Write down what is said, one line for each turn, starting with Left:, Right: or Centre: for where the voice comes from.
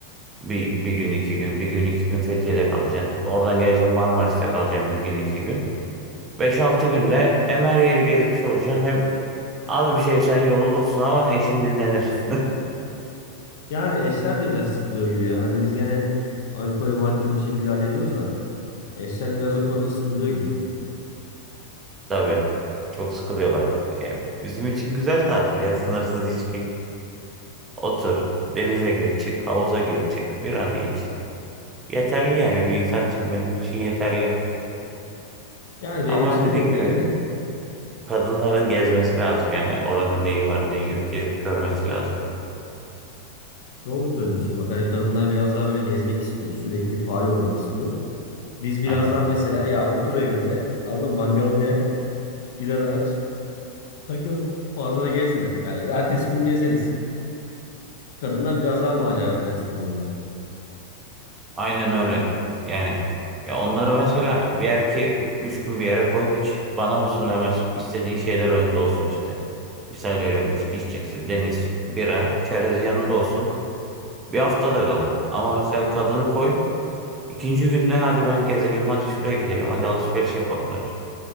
Right: Bir, bir gün iki gün. Bir gün iki gün Fethiye'de kalacaksın. Oradan geleceksin Marmaris'te kalacaksın bir gün iki gün. beş altı günde hem her yeri gezmiş olacaksın. Hem az bir şey sen yorulursun ama eşin dinlenir.
Left: Yani eşler de biraz sıkılıyor gibi ya. Hani biz gene alkol malkol bir şekilde hallediyoruz da eşler biraz o konuda sıkılıyor gibi.
Right: <laughs> Tabii. Çok sıkılıyorlar. Yani bizim için güzel tatil ya. Sınırsız içki. Otur. Denize gir, çık, havuza gir, çık, bir an iç. Yeterli yani bir insan için benim için yeterli.
Left: Yani benim
Right: Ama
Left: için
Right: dediğin
Left: de yeterli
Right: gibi
Left: de
Right: kadınların gezmesi lazım yani oranın neyi var neyi yok gezip görmesi lazım.
Left: doğru söylüyorsun bak. Hani kadınlar biraz daha böyle gezmek istiyor. Sürekli faal olmak istiyor. Biz biraz
Right: Aynen.
Left: daha mesela ya otur evinde alın mangalını yak, biranı aç, takıl. Fazla da gezme. Yani ertesi gün gezeriz. Kadınlar biraz daha maceraperest o konuda.
Right: Aynen öyle. Yani ya onları mesela bir erkeği üç gün bir yere koy hiç bana mısın demez. İstediği şeyler önünde olsun işte. Misal veriyorum içki içecekse deniz, bira, çerez yanında olsun. Bir hafta da kalır. Ama mesela kadını koy ikinci günde hadi ben gezelim hadi şuraya gidelim hadi alışveriş yapalım der.